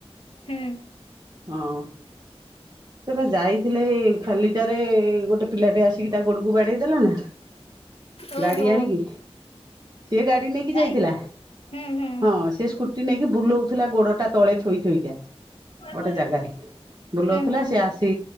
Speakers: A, on the left; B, on the right.
A: ହୁଁ।
B: ହଁ, ସେ ପା ଯାଇଥିଲେ ଖାଲିଟାରେ ଗୋଟେ ପିଲାଟେ ଆସି ସିକି ତା ଗୋଡକୁ ବାଡ଼େଇ ଦେଲା ନା,
A: ଓହୋ
B: ଗାଡି ଆଣିକି। ସିଏ ଗାଡି ନେଇକି
A: ବାଇକ୍
B: ଯାଇଥିଲା।
A: ହୁଁ ହୁଁ
B: ହଁ ସେ ସ୍କୁଟ୍ ସ୍କୁଟି ନେଇକି ବୁଲଉଥିଲା ଗୋଡଟା ତଳେ ଥୋଇଥୋଇକା, ଗୋଟେ
A: ହୁଁ
B: ଜାଗାରେ। ବୁଲଉଥିଲା,
A: ହୁଁ
B: ସେ ଆସି